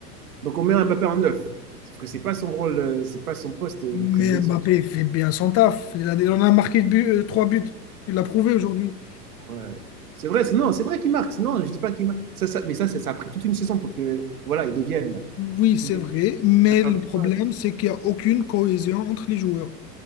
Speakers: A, on the right; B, on the left.
A: Donc, on met Mbappé en neuf. Sauf que c'est pas son rôle, euh, c'est pas son poste de
B: Mais
A: prédilection.
B: Mbappé fait bien son taf, il a, il en a marqué but- euh, trois buts, il l'a prouvé aujourd'hui.
A: Ouais. C'est vrai, c'est- non, c'est vrai qu'il marque. c'est- non je dis pas qu'il marque. Ça, ça- mais ça, ça, ça a pris toute une saison pour que, voilà, ils deviennent. là.
B: Oui,
A: Tout
B: c'est vrai,
A: est-
B: mais
A: on a perdu
B: le problème,
A: le pas.
B: c'est qu'il n'y a aucune cohésion entre les joueurs.